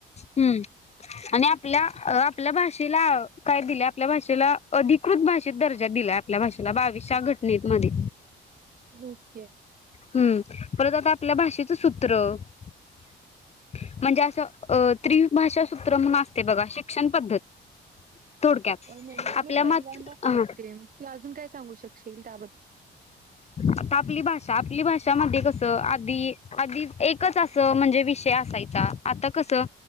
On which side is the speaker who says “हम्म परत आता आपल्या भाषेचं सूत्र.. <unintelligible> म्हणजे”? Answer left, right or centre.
Left